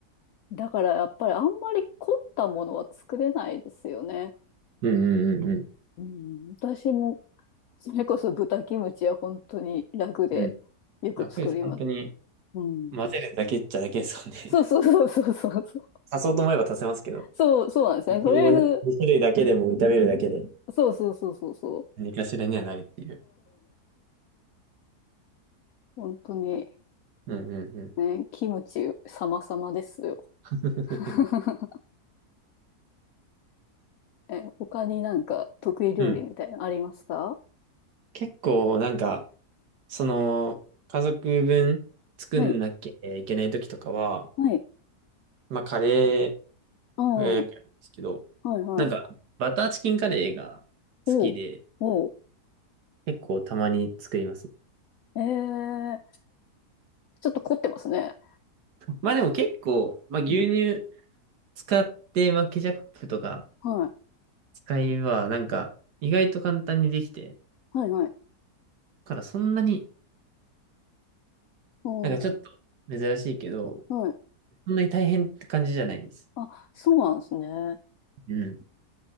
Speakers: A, on the left; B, on the right.
A: ん、だからやっぱりあんまり凝ったものは作れないですよね。
B: うんうんうんうん。
A: うん、私もそれこそ豚キムチは本当に楽でよく作ります。
B: うん。楽です。本当に、
A: うん、
B: 混ぜるだけっちゃだけですもんね。
A: そうそうそうそうそうそう。
B: <laughs> 足そうと思えば足せますけど、こ
A: そうそうなんですね。とりあえず、
B: の2種類だけでも炒めるだけで、
A: そうそうそうそうそう。
B: 何かしらにはなるっていう。
A: 本当に、
B: うんうんうん。
A: ね、キムチ様々ですよ。
B: <laughs>
A: <laughs> え、他になんか得意料理みたいなのありますか
B: うん結構なんか、その、家族分作んなきゃいけない時とかは、
A: はい。はい。
B: まあカレ
A: ああ、
B: ーはよくやるんですけど、
A: はいはい。
B: なんか、バターチキンカレーが好きで、
A: おう、おう。
B: 結構たまに作りますね。
A: ええちょっと凝ってますね。
B: まあでも結構、まあ牛乳
A: うん。
B: 使って、まあケチャップとか
A: はい。
B: 使えば、なんか意外と簡単にできて、
A: はいはい。
B: だからそんなに、
A: おう、
B: なんかちょっと珍しいけど、
A: はい。
B: そんなに大変って感じじゃないです。
A: あ、そうなんですね。
B: うん